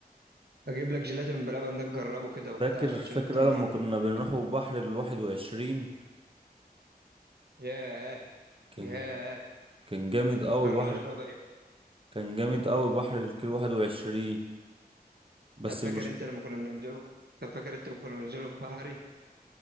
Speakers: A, on the right (about 80°); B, on the right (about 35°).
A: اجيب لك جيلاتي من بلبن ده نجربه كده وبتاع
B: فاكر فاكر
A: عشان انت ما جربتوش
B: لما كنا
A: قبل
B: بنروحوا
A: كده
B: بحر الواحد وعشرين
A: ياه
B: كان
A: ياه
B: كان جامد
A: فكرناش
B: قوي بحر
A: بقى
B: كان جامد قوي بحر الكيلو واحد وعشرين بس
A: طب
B: المشكلة
A: فاكر انت لما كنا بننزله طب فاكر انت لما كنا بننزله في بحري